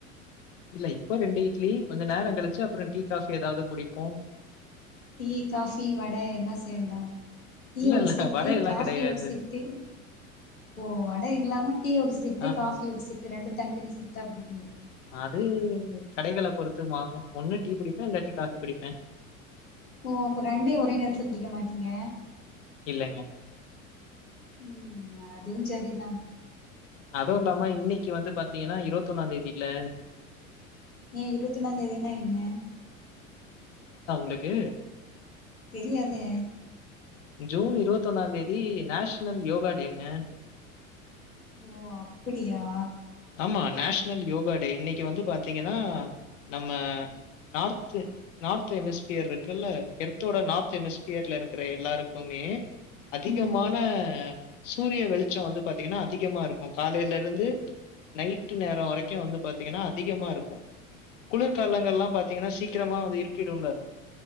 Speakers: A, on the left; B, on the left.
A: இல்ல இப்போ ரெண்டு இட்லி கொஞ்ச நேரம் கழிச்சு அப்புறோ டீ காஃபி ஏதாவது குடிப்போ
B: டீ காஃபி வட எல்லா சேந்தா டீ
A: இல்ல,
B: ஒரு
A: இல்ல
B: ஷிஃப்ட்டு
A: வடையெல்லாம்
B: காஃபி
A: கிடையாது.
B: ஒரு ஷிஃட்டு ஓ வட இல்லாம டீ ஒரு ஷிஃப்ட்டு
A: ஆஹா.
B: காஃபி ஒரு ஷிஃபட்டு ரெண்டு தனித்தனி ஷிஃப்ட்டா அப்டி
A: அது கடைகள பொறுத் டுமாரோ ஒன்னு டீ குடிப்பே இல்லாட்டி காபி குடிப்பே
B: ஓ அப்ப ரெண்டும் ஒரே நேரத்துல குடிக்க மாட்டீங்க
A: இல்லங்க.
B: ம் அத் இதுன் சரி தான்
A: அதுவு இல்லாம இன்னிக்கு வந்து பாத்தீங்கன்னா இருவத் ஒன்னாந் தேதியில
B: ஏன் இருவத்தொண்ணாந் தேதினா என்ன
A: இதுக்கு
B: தெரியாதே
A: ஜூன் இருவத்தொண்ணாந் தேதி நேஷனல் யோகா டேங்க
B: ஓ அப்பிடியா
A: ஆமா நேஷ்னல் யோகா டே இன்னைக்கு வந்து பாத்தீங்கன்னா நம்ம நார்த் நார்த் எமிஸ்பியர் இருக்குல்ல எர்த்தோட நார்த் எமிஸ்பியர்ல இருக்குற எல்லாருக்குமே அதிகமான
B: ம்
A: சூரிய வெளிச்சம் வந்து பாத்தீங்கன்னா அதிகமா இருக்கும் காலைல இருந்து நைட்டு நேரோ வரைக்கு வந்து பாத்தீங்கன்னா அதிகமா இருக்கு குளிர்காலங்கள்லா பாத்தீங்கன்னா சீக்கிரமாவே இருட்டிடும்ல